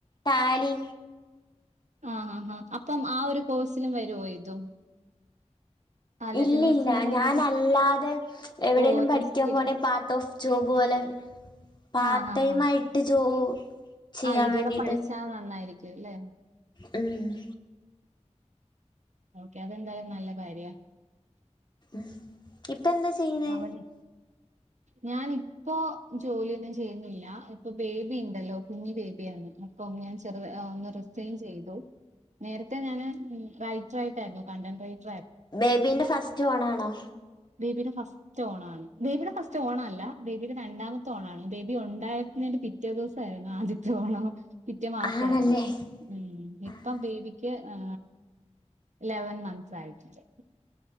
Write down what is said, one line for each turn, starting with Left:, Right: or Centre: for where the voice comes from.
Left: താലി
Right: ആഹ് ആ ആ അപ്പം ആ ഒരു കോഴ്സിലും വരുവോ ഇതും അല്ല
Left: ഇല്ലില്ല
Right: നേഴ്സിങ്ങിന്
Left: ഞാനല്ലാതെ
Right: ഏതും
Left: എവിടെലും
Right: ഓ ഒരു
Left: പഠിക്കാൻ
Right: സ്കില്ല്
Left: പോണെ പാർട്ട് ഓഫ് ജോബ് പോലെ പാർട്ട്
Right: ആഹ് ആഹ്
Left: ടൈം ആയിട്ട് ജോ <unintelligible>
Right: ആഹ് ഇതൂടെ
Left: വേണ്ടിട്ട്
Right: പഠിച്ചാ നന്നായിരിക്കും അല്ലെ
Left: ഉം
Right: ഓക്കെ അതെന്തായാലും നല്ല കാര്യ
Left: <unintelligible> ഇപ്പ എന്താ ചെയ്യുന്നേ
Right: അവിടെ ഞാനിപ്പോ ജോലിയൊന്നും ചെയ്യുന്നില്ല ഇപ്പൊ ബേബി ണ്ടല്ലോ കുഞ്ഞി ബേബിയാണ് അപ്പം ഞാൻ ചെറു ഓ ന്ന് റിസൈൻ ചെയ്തു നേരത്തെ ഞാൻ റൈറ്ററായിട്ടായിരുന്നു കണ്ടന്റ് റൈറ്റ്
Left: ബേബിന്റെ ഫസ്റ്റ് ഓണാണോ
Right: ബേബിയുടെ ഫസ്റ്റ് ഓണാണ് ബേബിയുടെ ഫസ്റ്റ് ഓണം അല്ല ബേബിയുടെ രണ്ടാമത്തെ ഓണാണ് ബേബി ഉണ്ടായിരുന്നതിന്റെ പിറ്റേ ദിവസം ആരുന്നു ആദ്യത്തെ ഓണം പിറ്റേ മാസായിരുന്നു
Left: ആണല്ലേ
Right: ഉം ഇപ്പം
Left: ആഹ്
Right: ബേബിക്ക് ആ ലെവൻ മന്ത്സ് ആയിട്ടുണ്ട്